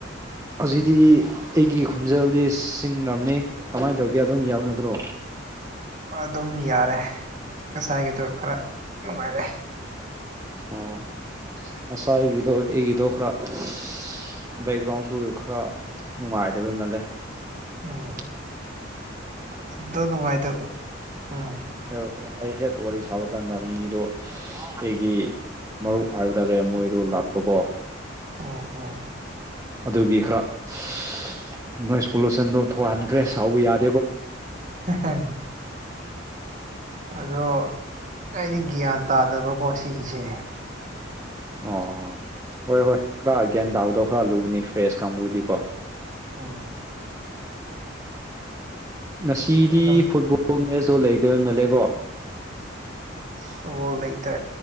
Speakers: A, on the right (about 15°); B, on the right (about 40°).
A: ꯍꯧꯖꯤꯗꯤ ꯑꯩꯒꯤ ꯈꯣꯟꯖꯦꯜꯗꯤ <unintelligible> ꯀꯃꯥꯏꯅ ꯇꯧꯒꯦ ꯑꯗꯨꯝ ꯌꯥꯕ ꯅꯠꯇ꯭ꯔꯣ
B: ꯑꯗꯨꯝ ꯌꯥꯔꯦ ꯉꯁꯥꯏꯒꯤꯗꯣ ꯈꯔ ꯅꯨꯡꯉꯥꯏꯔꯦ
A: ꯑꯣ ꯉꯁꯥꯏꯒꯤꯗꯣ ꯑꯩꯒꯤꯗꯣ ꯈꯔ ꯑꯁ ꯕꯦꯛꯒ꯭ꯔꯥꯎꯟꯁꯨ ꯈꯔ ꯅꯨꯡꯉꯥꯏꯗꯕꯩ ꯃꯥꯜꯂꯦ
B: ꯎꯝ ꯑꯗꯣ ꯅꯨꯡꯉꯥꯏꯇꯕ ꯎꯝ
A: <unintelligible> ꯑꯩꯍꯦꯛ ꯋꯥꯔꯤ ꯁꯥꯕ ꯀꯥꯟꯗ ꯃꯤꯗꯣ <unintelligible> ꯑꯩꯒꯤ ꯃꯔꯨꯞ ꯍꯥꯏꯕ ꯇꯥꯔꯦ ꯃꯣꯏꯗꯣ ꯂꯥꯛꯄꯀꯣ
B: ꯎꯝ ꯎꯝ
A: ꯑꯗꯨꯒꯤ ꯈꯔ <unintelligible> ꯅꯣꯏꯁ ꯄꯣꯂꯨꯁꯟꯗꯣ ꯊꯣꯛꯍꯟꯈ꯭ꯔꯦ ꯁꯥꯎꯕ ꯌꯥꯗ-
B: ꯍꯥꯍꯪ ꯑꯗꯣ ꯑꯩꯗꯤ ꯒ꯭ꯌꯥꯟ ꯇꯥꯗꯕꯀꯣ ꯁꯤꯒꯤꯁꯦ
A: ꯑꯣ ꯍꯣꯏ ꯍꯣꯏ ꯈꯔ ꯒꯌ꯭ꯥꯟ ꯇꯥꯕꯗꯣ ꯈꯔ ꯂꯨꯕꯅꯤ ꯐ꯭ꯔꯦꯁ ꯀꯥꯡꯕꯨꯗꯤꯀꯣ
B: ꯎꯝ
A: ꯉꯁꯤꯗꯤ
B: ꯑꯗ
A: ꯐꯨꯠꯕꯣꯜ ꯃꯦꯠꯁꯇꯣ ꯂꯩꯇꯕ ꯃꯜꯂꯦꯀꯣ
B: ꯑꯁ ꯐꯨꯠꯕꯣꯜ ꯂꯩꯇꯦ